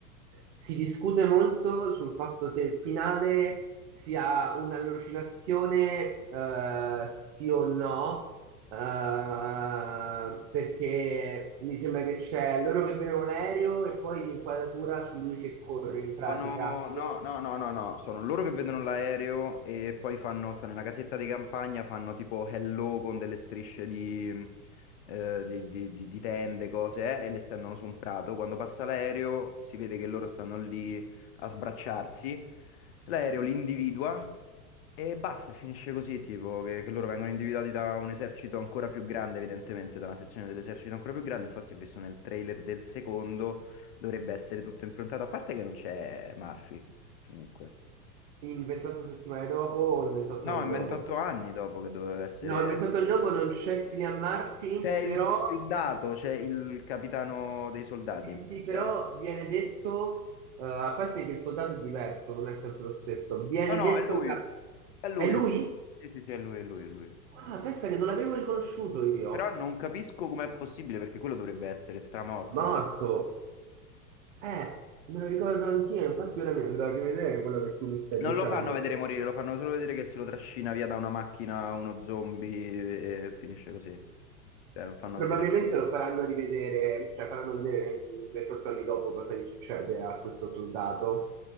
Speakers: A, on the right; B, on the left.
A: si discute molto sul fatto se il finale sia un'allucinazione, eh, sì o no, eh, perché mi sembra che c'è loro che vedono l'aereo e poi l'inquadratura su lui che corre in pratica,
B: Sono, no, no, no, no, no, sono loro che vedono l'aereo e poi fanno, stanno nella casetta di campagna, fanno tipo hello con delle strisce di, eh, di- di- di- di tende, cose, eh, e le stendono su un prato. Quando passa l'aereo si vede che loro stanno lì a sbracciarsi. L'aereo li individua e basta, finisce così, tipo che, che loro vengono individuati da un esercito ancora più grande, evidentemente, da una sezione dell'esercito ancora più grande. Infatti, ho visto nel trailer del secondo, dovrebbe essere tutto improntato, a parte che non c'è Murphy, comunque.
A: in 28 settimane dopo o in 28
B: No,
A: anni
B: è 28
A: dopo.
B: anni dopo che doveva essere...
A: No, inventato il lupo non c'è Cillian Murphy,
B: C'è il
A: però,
B: soldato, c'è il capitano dei soldati.
A: sì, sì, sì,
B: C'è...
A: però viene detto, eh, a parte che il soldato è diverso, non è sempre lo stesso, viene
B: No, no,
A: detto
B: è lui,
A: che...
B: è lui.
A: È lui?
B: Sì, sì, sì, è lui, è lui, è lui.
A: Ah, pensa che non l'avevo riconosciuto io.
B: Però non capisco com'è possibile, perché quello dovrebbe essere stramorto
A: Morto. Eh, me lo ricordo anch'io, infatti ora mi andrò a rivedere quello che tu mi stai
B: Non
A: dicendo.
B: lo fanno vedere morire, lo fanno solo vedere che se lo trascina via da una macchina uno zombie e, e finisce così. Cioè, non fanno
A: Probabilmente
B: vedere niente.
A: lo faranno rivedere, cioè faranno vedere 28 anni dopo cosa gli succede a questo soldato.